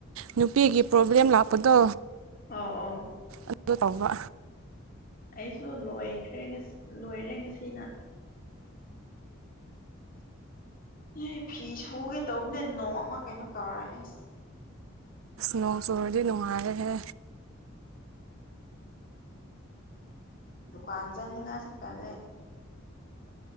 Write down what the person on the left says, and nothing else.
ꯑ ꯑ
ꯑꯩꯁꯨ ꯂꯣꯏꯈ꯭ꯔꯦꯁꯤ ꯂꯣꯏꯔꯦ ꯉꯁꯤꯅ ꯑꯦ ꯐꯤ ꯁꯨꯒꯦ ꯇꯧꯕꯅꯦ ꯅꯣꯡꯃ ꯀꯩꯅꯣ ꯇꯧꯔ ꯑꯦꯁ
ꯗꯨꯀꯥꯟ ꯆꯠꯅꯤꯡꯉꯥꯏꯁꯨ ꯇꯟꯂꯦ